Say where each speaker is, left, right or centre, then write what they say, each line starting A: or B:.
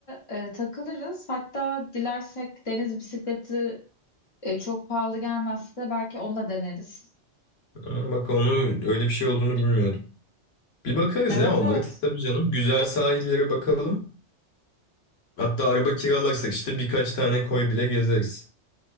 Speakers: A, on the left; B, on the left.
A: e, takılırız. Hatta dilersek deniz bisikleti e, çok pahalı gelmezse belki onu da deneriz.
B: Aa, Bak onu öyle bir şey olduğunu bilmiyordum. Bir bakarız
A: Evet
B: ya onlara
A: evet.
B: tabii canım. Güzel sahillere bakalım. Hatta araba kiralarsak işte birkaç tane koy bile gezeriz.